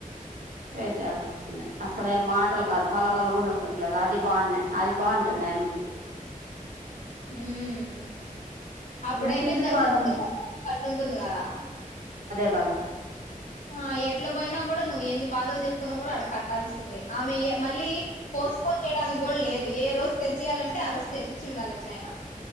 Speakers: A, on the right; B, on the left.
A: పే చేయాల్సి వస్తుందియి అసలు ఏం మాటలు కాదు పొలగలు కూడా అది బాన్న అది బాంటన్నా ఎకి
B: హ్మ్ అప్పుడైతే
A: నేను తీసేసి
B: కఖచ్చితంగా
A: వాడను
B: చ కట్టుంటుంది కదా
A: పద
B: ఆ ఎట్లా పోయినా కూడా నువ్వు ఎన్ని బాధలు చెప్పుకున్నా కూడా అడ కట్టాల్సిందే ఆమె మళ్ళీ పోసుపొ చే తన గోల్ లేదు ఏ రోజు తెచ్చియాలంటే ఆ ర చర్చిచి ఉండాలి ఎట్లయినా